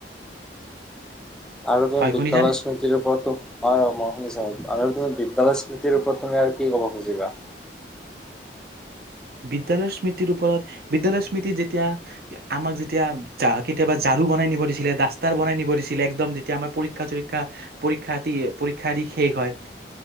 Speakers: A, in the centre; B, on the right.
A: আৰু তুমি
B: হয়
A: বিদ্যালয়
B: শুনিছানে
A: স্মৃতিৰ ওপৰতো, হয় মই শুনিছো আৰু তুমি বিদ্যালয় নীতিৰ ওপৰত তুমি আৰু কি কব' খুজিবা?
B: বিদ্যালয়ৰ স্মৃতিৰ ওপৰত, বিদ্যায়ালয়ৰ স্মৃতিত যেতিয়া আমাক যেতিয়া কেতিয়াবা ঝাৰু বনাই দিছিলে, ডাষ্টাৰ বনাই নিব দিছিলে, একদম যেতিয়া আমাৰ পৰীক্ষা চৰীক্ষা পৰীক্ষা দি, পৰীক্ষা দি শেষ হয়।